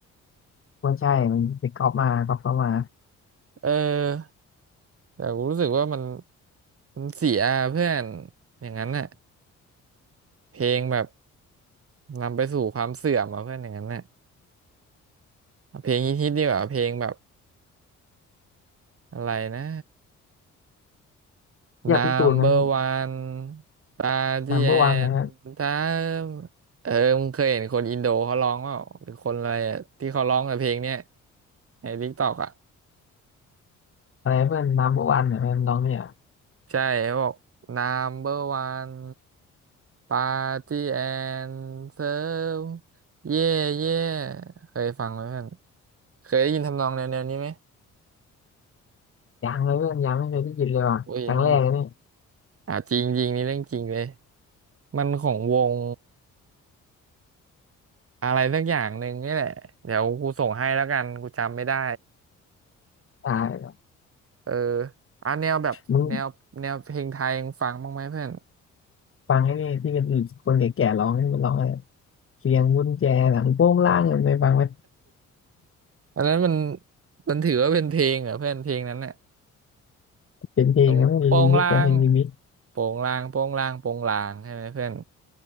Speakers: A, on the left (about 45°); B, on the right (about 50°).
A: ว่าใช่มันไปก๊อปมาก๊อปเข้ามา
B: เออแต่กูรู้สึกว่ามันมันเสียเพื่อนอย่างนั้นน่ะเพลงแบบนำไปสู่ความเสื่อมอ่ะเพื่อนอย่างนั้นน่ะเอาเพลงฮิตๆดีกว่าเพลงแบบอะไรนะ
A: อยากพี่ตูนนั้น
B: number one ปาที่แอนถ้า
A: นัมเบอร์วันนะ
B: มเออมึงเคยเห็นคนอินโดเขาร้องเปล่าหรือคนอะไรอะที่เขาร้องกับเพลงเนี้ยในทิกตอกอ่ะ
A: อะไรเพื่อนนัมเบอร์วันเนี่ยน้องเนี่ย
B: ใช่เขาบอก number one ปาที่แอนเซิร์มเย่เย่เคยฟังไหมเพื่อนเคยได้ยินทำนองแนวๆนี้ไหม
A: ยังเลยเพื่อนยังไม่เคยได้ยินเลยว่ะครั้งแรกเลยเนี่ย
B: โอ้ยยังไม่อ่ะจริงจริงนี่เรื่องจริงเลย มันของวง อะไรสักอย่างหนึ่งนี่แหละเดี๋ยวกูส่งให้แล้วกันกูจำไม่ได้
A: ตายแล้ว
B: เอออ่ะแนวแบบแนวแนวเพลงไทยยังฟังบ้างไหมเพื่อน
A: มึงฟังไอ้นี่ที่เป็นคนแก่ๆร้องนี่มันร้องอะไรเสียงกุญแจหลังโป้งล่างเนี่ยไปฟังไหม
B: อันนั้นมันมันถือว่าเป็นเพลงเหรอเพื่อนเพลงนั้นเนี่ย
A: เป็นเพลงนะมันรีมิกแต่เพลงรีมิก
B: อย่างโปงลางโปงลางโปงลางโปงลางใช่ไหมเพื่อน